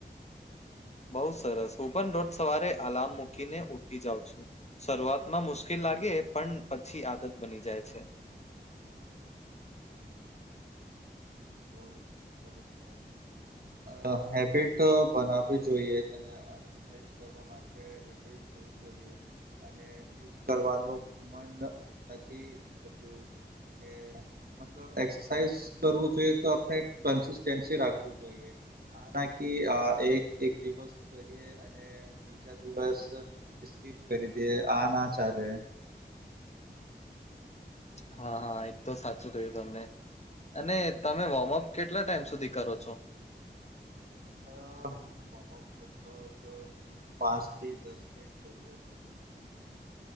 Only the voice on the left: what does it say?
બઉ સરસ હું પણ રોજ સવારે અલાર્મ મૂકીને ઉઠ જાઉં છું. શરૂઆત માં મુશ્કેલ લાગે પણ પછી આદત બની જાય છે. <inaudible>
હા હા એક તો સાચું કહ્યું તમને અને તમે વોર્મઅપ કેટલા ટાઈમ સુધી કરો છો.